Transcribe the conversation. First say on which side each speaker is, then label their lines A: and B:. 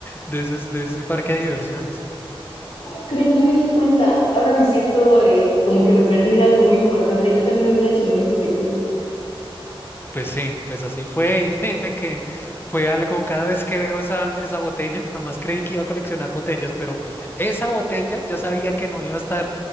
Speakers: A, on the left (about 20°); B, on the left (about 75°).
A: de ese, de ese parque de diversiones.
B: ¿Cómo crees? No me di cuenta. Ahora me siento eh, como que me perdí de algo muy importante. Yo también hubiera hecho lo mismo que tú.
A: Pues sí, pues así fue y <laughs> créeme que fue algo, cada vez que veo esa, esa botella, jamás creí que iba a coleccionar botellas, pero esa botella yo sabía que no iba a estar